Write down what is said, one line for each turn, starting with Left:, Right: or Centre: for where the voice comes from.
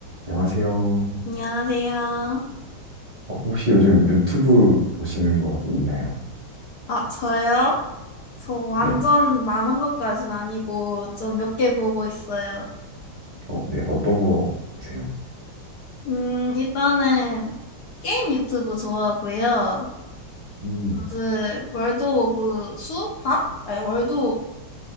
Right: 안녕하세요.
Left: 안녕하세요.
Right: 어, 혹시 요즘 유튜브 보시는 거 있나요?
Left: 아, 저요? 저 완전
Right: 네.
Left: 많은 것까진 아니고 좀 몇 개 보고 있어요.
Right: 어, 네. 어떤 거 보세요?
Left: 음, 일단은 게임 유튜브 좋아하고요.
Right: 음.
Left: 요즘 월드 오브 수우파? 아니, 월드, 오-